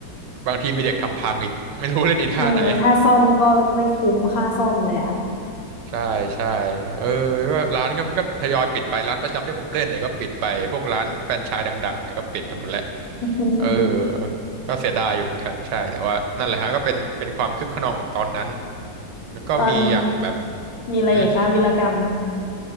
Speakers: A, on the right; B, on the left.
A: บางทีมีเด็กทำพังอีกไม่รู้เล่นอีท่าไหน
B: เออถ้าซ่อมก็ไม่คุ้มค่าซ่อมเลยอ่ะ
A: ใช่ใช่เออก็ร้านก็มันก็ทยอยปิดไปร้านประจำที่ผมเล่นเนี่ยก็ปิดไปพวกร้านแฟรนไชส์ดังๆเนี่ยก็ปิดไปหมดแล้ว
B: <laughs>
A: เออก็เสียดายอยู่เหมือนกันใช่แต่ว่านั่นแหละฮะก็เป็นเป็นความคึกคะนองของตอนนั้นแล้วก็มีอย่างแบบ
B: ตอนมีอะไรอีกคะวีรกรรม
A: อืม